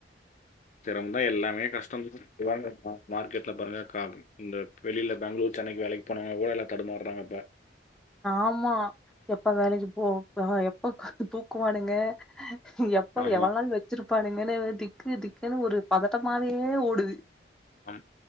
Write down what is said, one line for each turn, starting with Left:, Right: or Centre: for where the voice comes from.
Left: சிரம தா எல்லாமே கஷ்டம் வாங்க மார் மார்க்கெட்ல பாருங்க கா இந்த வெளியில பெங்களூர் சென்னைக்கு வேலைக் போனவங்க எல்லார்லா தடுமாறாங்க இப்ப
Centre: ஆமா எப்ப வேலைக்கு போ எப்ப தூக்குவானுங்க இப்போ
Left: ஆமா
Centre: எவள் நாள் வெச்சிருப்பானுங்கன்னே திக்கு திக்குன்னு ஒரு பதட்டமாவே ஓடுது
Left: ம்